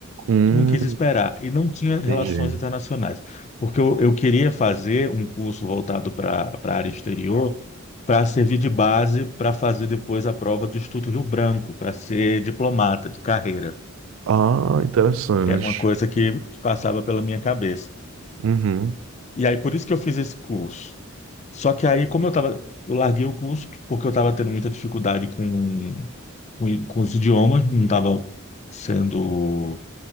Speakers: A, on the right (about 75°); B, on the left (about 35°).
A: Hum,
B: Não quis esperar, e não tinha
A: entendi.
B: relações internacionais, porque eu, eu queria fazer um curso voltado para a área exterior, para servir de base para fazer depois a prova do Instituto Rio Branco, para ser diplomata de carreira
A: Ah, interessante.
B: porque era uma coisa que, que passava pela minha cabeça.
A: Uhum,
B: E aí, por isso que eu fiz esse curso. Só que aí, como eu tava, eu larguei o curso porque eu estava tendo muita dificuldade com, com, com os idiomas, não estava sendo,